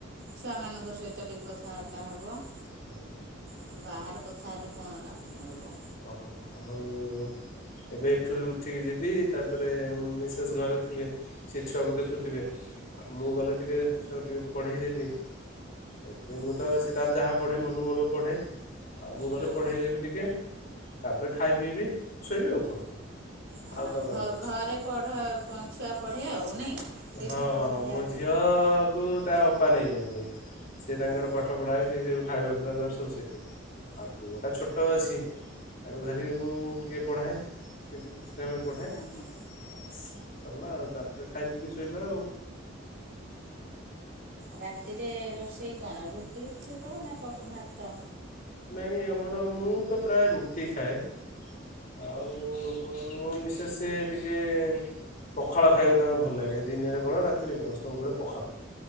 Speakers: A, on the right (about 65°); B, on the left (about 45°).
A: ଛୁଆମାନଙ୍କ ସହିତ ଟିକେ କଥାବାର୍ତ୍ତା ହବ
B: ହୁଁ।
A: ଆଉ ବାହାରେ କଥା ହେଲେ କଣ ଲାଭ ମିଳିବ।
B: ଓହୋ ଆଉ ଏବେ ଏଠୁ ଉଠିକି ଯିବି ତାପରେ ମିସେସ୍ ଘରେ ଥିବେ ସେ ଛୁଆକୁ ଦେଖୁଥିବେ ଆଉ ମୁଁ ଗଲେ ଟିକେ ଛୁଆକୁ ଟିକେ ପଢ଼େଇ ଦେବି ଏ ମୁଁତ
A: ହଁ
B: ସେତାର ଯାହା ପଢ଼େ ମନକୁ ମନ ପଢ଼େ ଆଉ ମୁଁ
A: ହଁ
B: ଗଲେ ପଢ଼େଇ ଦେବି ଟିକେ ତାପରେ ଖାଇବି ପିଇବି ଶୋଇବି ଆଉ କଣ।
A: ହଁ
B: ଆଉ କାହା
A: ଘ
B: କାମ ଅଛି।
A: ଘରେ ପଢ ଛୁଆ ପଢ଼େ ଆଉ ନାଇଁ? ଟିଉସନ୍
B: ହଁ
A: ଫିଉସନ୍ ଯାଆନ୍ତିନି
B: ମୋ ଝିଅକୁ
A: ଆଉ
B: ତା ଅପା ନେଇଯାନ୍ତି ସେତାଙ୍କର
A: ହଁ
B: ପା ପାଠ ପଢାଏ ସେସବୁ ଖାଇବା ପିଇବା ଦର ସବୁ ସେଠି ଆଉ ପୁଅଟା ଛୋଟ ଅଛି ତାକୁ ଧରିକି ମୁଁ ଟିକିଏ ପଢ଼ାଏ କିଛି କିଛି ସମୟ ପଢ଼ାଏ
A: ହଁ ହଁ।
B: ବାସ୍ ସରିଲା ଆଉ ତାପରେ ଖାଇ ପିଇକି ଶୋଇବା ଆଉ।
A: ରାତିରେ ରୋଷେଇ କଣ ରୁଟି ଥିବନା ଭାତ?
B: ନାଇଁ ଆମର ମୁଁତ ପ୍ରାୟେ ରୁଟି ଖାଏ ଆଉ ମୋ ମିସେସ୍ ଟିକେ ପଖାଳ ଖାଇବାକୁ ତାଙ୍କୁ ଭଲ ଲାଗେ ଦିନରେ କଣ ରାତିରେ କଣ ସବୁବେଳେ ପଖାଳ